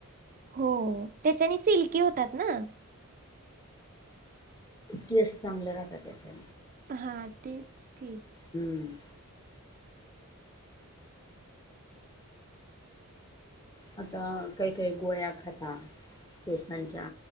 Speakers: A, on the right; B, on the left.
A: हो त्याच्याने सिल्की होतात ना?
B: केस चांगले राहतात त्याच्यात
A: हा तेच की
B: हम्म. आता काही काही गोळ्या खाता केसांच्या